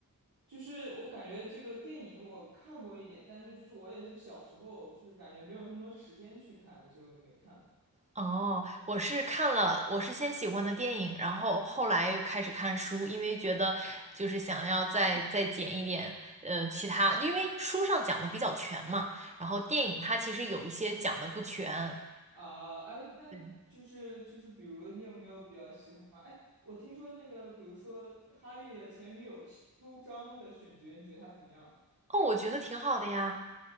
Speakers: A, on the right; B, on the right.
A: 就是我感觉这个电影我看过一点，但是就是我也是小时候，就是感觉没有那么多时间去看，我就没看了。
B: 哦，我是看了，我是先喜欢的电影，然后后来又开始看书，因为觉得就是想要再再捡一点，呃，其他，因为书上讲的比较全嘛，然后电影它其实有一些讲的不全。
A: 啊，哎，那就是就是，
B: 对，
A: 比如你有没有比较喜欢？哎，我听说那个，比如说哈利的前女友秋张的选角，你觉得她怎么样啊？
B: 哦，我觉得挺好的呀。